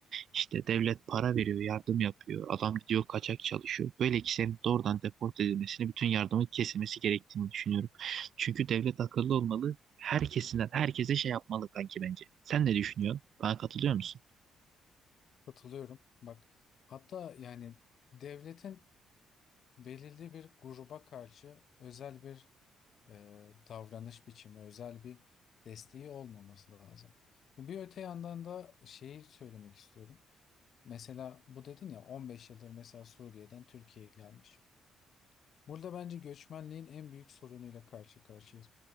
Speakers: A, on the right; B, on the left.
A: işte devlet para veriyor, yardım yapıyor, adam gidiyor kaçak çalışıyor. Böyle kişilerin doğrudan deport edilmesini, bütün yardımın kesilmesi gerektiğini düşünüyorum. Çünkü devlet akıllı olmalı. Herkesinden herkese şey yapmalı kanki bence. Sen ne düşünüyorsun? Bana katılıyor musun?
B: Katılıyorum. Bak hatta yani devletin belirli bir gruba karşı özel bir e, davranış biçimi, özel bir desteği olmaması lazım. Bir öte yandan da şeyi söylemek istiyorum. Mesela bu dedin ya 15 yıldır mesela Suriye'den Türkiye'ye gelmiş. Burada bence göçmenliğin en büyük sorunuyla karşı karşıyayız.